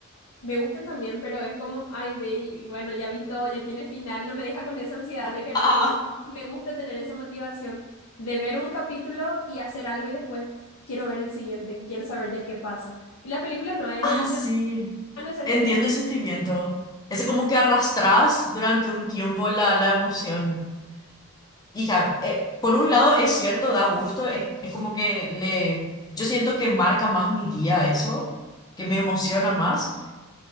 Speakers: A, on the left; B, on the left.
A: me gustan también, pero es como, ay, ve, y bueno, ya vi todo, ya tiene final, no me deja con esa ansiedad de querer
B: Ah,
A: volver.
B: ah,
A: Y me gusta tener esa motivación de ver un capítulo y hacer algo y después quiero ver el siguiente, quiero saber ya qué pasa. Y las películas no es
B: ah,
A: una,
B: sí.
A: a no ser
B: Entiendo
A: que tenga
B: el sentimiento. Es como que arrastras durante un tiempo la, la emoción. Hija, eh, por un lado es cierto, da gusto, es, es como que le... Yo siento que marca más mi día eso, que me emociona más.